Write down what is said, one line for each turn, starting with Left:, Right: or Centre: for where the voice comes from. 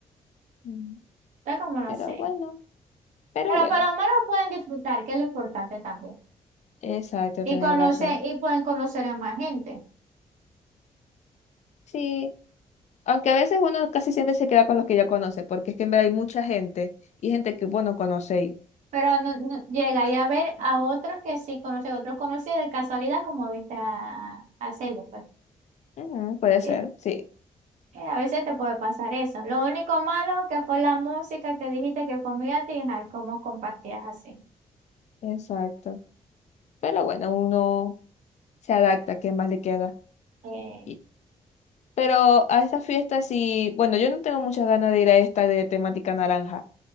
Left: Mm,
Right: está como no
Left: Pero
Right: sé.
Left: bueno, pero
Right: Pero
Left: bueno.
Right: por lo menos pueden disfrutar, que es lo importante también.
Left: Exacto,
Right: Y
Left: tenéis
Right: conocer,
Left: razón.
Right: y pueden conocer a más gente.
Left: Sí, aunque a veces uno casi siempre se queda con los que ya conoce, porque es que en verdad hay mucha gente y gente que vos no conocéis.
Right: Pero no, no- llegáis a ver a otros que sí conocen, otros conocidos de casualidad, como viste a, a Celo, pues.
Left: Ujú, puede
Right: Que,
Left: ser, sí,
Right: que a veces te puede pasar eso. Lo único malo que fue la música que dijiste que fue muy alta y ay, cómo compartías así.
Left: exacto. Pero bueno, uno se adapta, ¿qué más le queda?
Right: Eh,
Left: Y- pero a esta fiesta sí, bueno, yo no tengo muchas ganas de ir a esta de temática naranja,